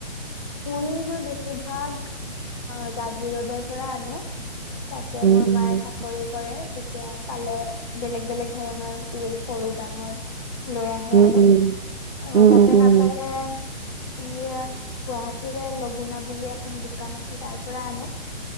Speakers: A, on the left; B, on the right.
A: ই মই বেছিভাগ অ' জাগীৰোডৰ পৰা আনো। তাতে
B: উম,
A: মোৰ মায়ে চাকৰি কৰে। এতিয়া পালে বেলেগ বেলেগ ধৰণৰ ঊল সৰু ডাঙৰ। লৈ আহে
B: উম,
A: আৰু
B: উম,
A: আৰু
B: উম,
A: তাতে
B: উম, উম,
A: নাপালে এইয়া গুৱাহাটীৰে লবুনা বুলি আছে। এখন দোকান আছে তাৰ পৰা আনো।